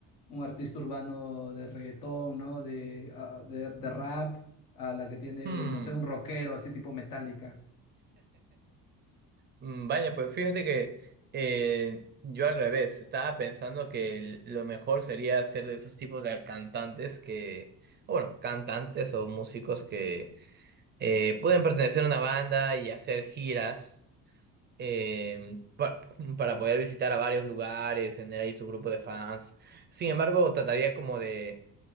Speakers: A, on the left (about 75°); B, on the right (about 30°).
A: un artista urbano de reggaetón, ¿no? De, ah, de, de rap, a la que tiene,
B: Hmm.
A: no sé, un rockero así tipo Metallica.
B: Mm, Vaya, pues fíjate que eh, yo al revés, estaba pensando que el- lo mejor sería ser de esos tipos de cantantes que, o bueno, cantantes o músicos que eh, pueden pertenecer a una banda y hacer giras eh, pa- para poder visitar a varios lugares, tener ahí su grupo de fans. Sin embargo, trataría como de